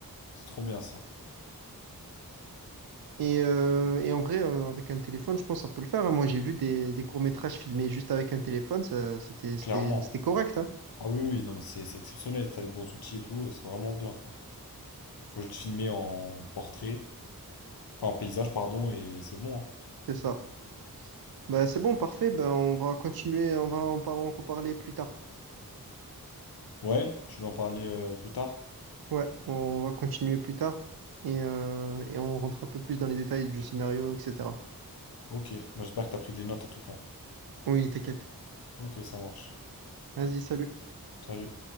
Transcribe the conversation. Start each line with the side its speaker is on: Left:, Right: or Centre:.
Left: C'est trop bien ça.
Right: Et, euh, et en vrai, euh, avec un téléphone, je pense que ça peut le faire. hein. Moi, j'ai vu des, des courts-métrages filmés juste avec un téléphone, ça, c'était, c'était,
Left: Clairement.
Right: c'était correct, hein.
Left: Ah oui, oui, non, mais c'est c'est exceptionnel. T'as les bons outils et tout, c'est vraiment bien, quoi. Faut juste filmer en portrait. Enfin, un paysage, pardon, et c'est bon, hein.
Right: C'est ça. Bah, c'est bon, parfait. Ben, on va continuer, on va en par- en reparler plus tard.
Left: Ouais, tu veux en parler euh, plus tard?
Right: Ouais, on va continuer plus tard et, euh, et on rentre un peu plus dans les détails du scénario, etc.
Left: Ok, bah, j'espère que t'as pris des notes en tout cas.
Right: Oui, t'inquiète.
Left: Ok, ça marche.
Right: Vas-y, salut.
Left: Salut.